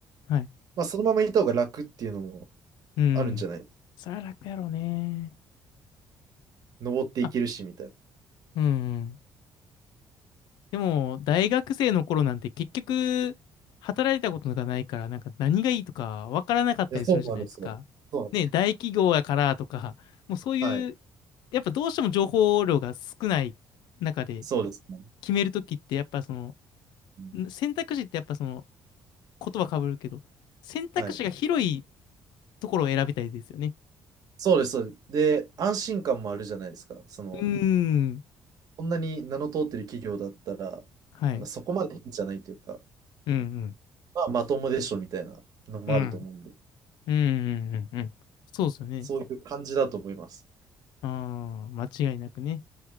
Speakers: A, on the left; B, on the right.
A: あ、はい。
B: まあ、そのままいた方が楽っていうのも
A: うん。
B: あるんじゃない
A: そりゃ楽やろうね。
B: 登っていけるし、
A: あ、
B: みたいな。
A: うん。でも、大学生の頃なんて結局、働いたことがないから、なんか何がいいとかわからなかったりするじゃないですか。
B: いや、そうなんですよ。そうなんですよ。
A: ね、大企業やからとか、もうそういう、
B: はい。
A: やっぱどうしても情報量が少ない中で
B: そうですね。
A: 決めるときって、やっぱその、
B: うん
A: ん選択肢ってやっぱその、言葉かぶるけど、選択肢が広い
B: はい。
A: ところを選びたいですよね。
B: そうです。そうですで、安心感もあるじゃないですか。その、
A: うーん。
B: こんなに名の通ってる企業だったら、
A: はい。
B: なんかそこまでいいんじゃないというか。
A: うんうん。
B: まあ、まともでしょみたいなのもあると思うんで、
A: うん。うんうんうんうん。そうですよね。
B: そういう感じだと思います。
A: ああ、間違いなくね。